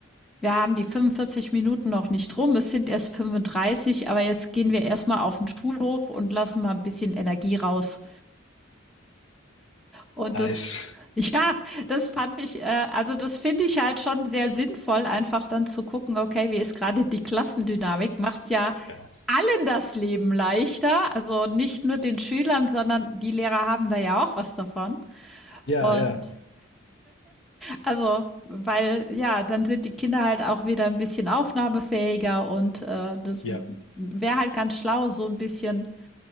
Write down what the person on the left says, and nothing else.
Nice.
Ja.
Ja,
ja.
Ja.